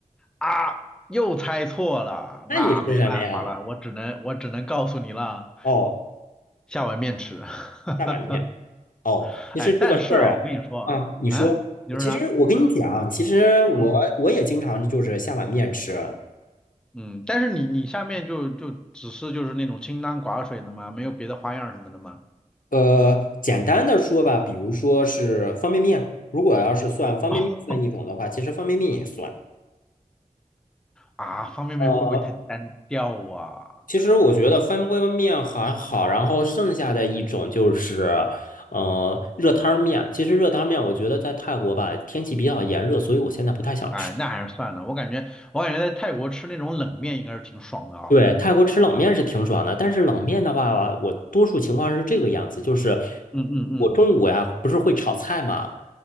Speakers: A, in the centre; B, on the left.
A: 啊，又猜错了，
B: 那你吃什么呀？
A: 那没办法了，我只能我只能告诉你了，
B: 哦，
A: 下碗面吃，<laughs> 哈哈哈，
B: 下碗面。哦，其实这个事儿
A: 哎，但是啊，我跟你说，
B: 啊，啊，你说，
A: 啊，嗯你说啥？
B: 其实我跟你讲，其实我我也经常就是下碗面吃。
A: 嗯。嗯，但是你你下面就就只是就是那种清汤寡水的吗？没有别的花样什么的吗？
B: 呃，简单的说吧，比如说是方便面，如果要是算方便面算一种的话，
A: 哦
B: 其实方便面也算。
A: 啊，方便面会不会太单调啊？
B: 呃。其实我觉得翻锅面还好，然后剩下的一种就是，呃，热汤面。其实热汤面，我觉得在泰国吧，天气比较炎热，所以我现在不太想吃。
A: 哎，那还是算了，我感觉我感觉在泰国吃那种冷面应该是挺爽的啊。
B: 对，泰国吃冷面是挺爽的，但是冷面的话，我多数情况是这个样子，就是
A: 嗯嗯嗯，
B: 我中午呀，不是会炒菜嘛，